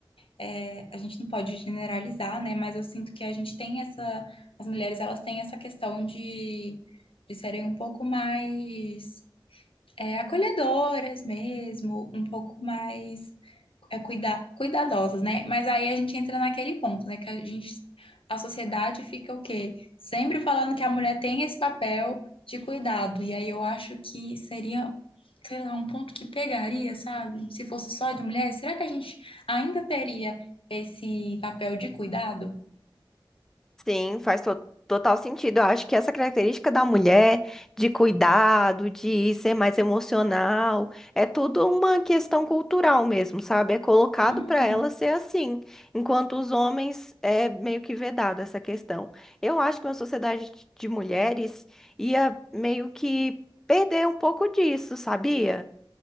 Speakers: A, on the left; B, in the centre.
A: É, a gente não pode generalizar, né? Mas eu sinto que a gente tem essa. As mulheres, elas têm essa questão de, de serem um pouco mais. é, acolhedoras mesmo, um pouco mais é, cuida, cuidadosas, né? Mas aí a gente entra naquele ponto, né? Que a gente, a sociedade fica o quê? Sempre falando que a mulher tem esse papel de cuidado. E aí eu acho que seria, sei lá, um ponto que pegaria, sabe? Se fosse só de mulher, será que a gente ainda teria esse papel de cuidado?
B: Sim, faz to- total sentido. Eu acho que essa característica da mulher de cuidado, de ser mais emocional, é tudo uma questão cultural mesmo, sabe? É colocado
A: Uhum,
B: para ela ser assim, enquanto os homens é meio que vedado essa questão. Eu acho que uma sociedade de de mulheres ia meio que perder um pouco disso, sabia?